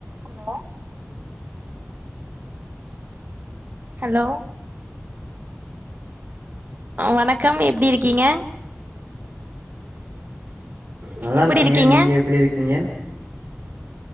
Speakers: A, on the right; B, on the right.
A: hello hello வணக்கம் எப்டி இருக்கீங்க
B: நல்லா
A: எப்டி
B: இருக்கேங்க
A: இருக்கீங்க
B: நீங்க எப்படி இருக்கீங்க